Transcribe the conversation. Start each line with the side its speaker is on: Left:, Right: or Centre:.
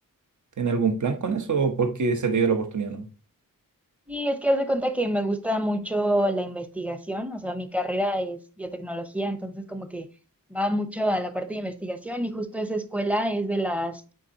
Right: ¿Tiene algún plan con eso o porque se te dio la oportunidad, no?
Centre: Y es que haz de cuenta que me gusta mucho la investigación, o sea, mi carrera es biotecnología, entonces como que va mucho a la parte de investigación y justo esa escuela es de las,